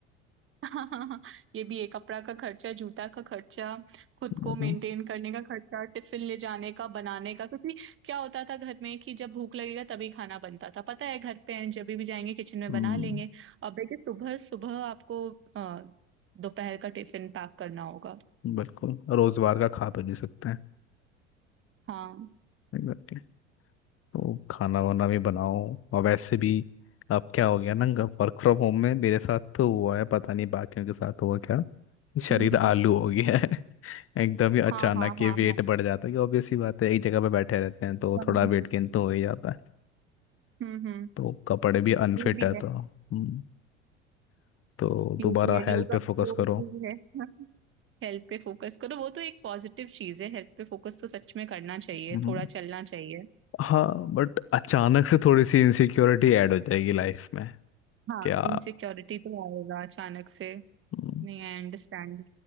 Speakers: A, on the right; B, on the left.
A: <laughs> हाँ, ये भी है कपड़ा का खर्चा जूता का खर्चा खुद
B: बताओ।
A: को मेंटेन करने का खर्चा टिफिन ले जाने का बनाने का क्योंकि क्या होता था घर में कि जब भूख लगेगा तभी खाना बनता था पता है घर पे हैं जब भी जाएंगे किचन में
B: हम्म
A: बना लेंगे अब देखिए सुबह सुबह आपको अ, दोपहर का टिफिन पैक करना होगा
B: बिल्कुल रोजवार का खा भी नहीं सकते हैं
A: हाँ
B: एग्जैक्टली तो खाना वाना भी बनाओ और वैसे भी अब क्या हो गया ना वर्क फ्रॉम होम में मेरे साथ तो हुआ है पता नहीं बाकियों के साथ हुआ क्या शरीर
A: हम्म,
B: आलू हो गया है <laughs> एकदम ही अचानक
A: हाँ हाँ
B: ये
A: हाँ
B: वेट
A: हाँ
B: बढ़ जाता है कि ऑब्वियस सी बात है एक जगह पे बैठे रहते हैं तो
A: हाँ,
B: थोड़ा
A: हाँ।
B: वेट गेन तो हो ही जाता है
A: हम्म हम्म
B: तो कपड़े भी अनफिट
A: ये भी
B: है तो
A: है
B: हम्म, तो
A: ये
B: दोबारा
A: भी है
B: हेल्थ
A: लोग
B: पे
A: अब
B: फोकस
A: वो
B: करो
A: भी है हेल्थ पे फोकस करो वो तो एक पॉजिटिव चीज है हेल्थ पे फोकस तो सच में करना चाहिए
B: हम्म,
A: थोड़ा चलना चाहिए
B: हाँ बट अचानक से थोड़ी सी इनसिक्योरिटी ऐड हो जाएगी लाइफ में
A: हाँ
B: क्या
A: इनसिक्योरिटी तो आएगा अचानक से
B: हम्म,
A: नहीं आई अंडरस्टैंड